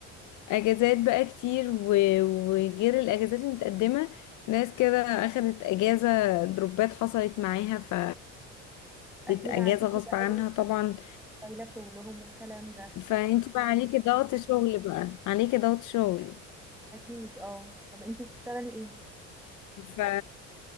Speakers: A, on the left; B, in the centre.
A: فاجازات بقى كتير و- وغير الاجازات اللي متقدمة ناس كده اخدت اجازة دروبات حصلت معاها ف
B: اكيد
A: اجازة
B: عليكي
A: غصب
B: بقى
A: عنها
B: لود
A: طبعا
B: شايلة شغلهم والكلام ده
A: فانت بقى عليكي ضغط شغل بقى عليكي ضغط شغل
B: اكيد اه طب انتي بتشتغلي ايه؟
A: ف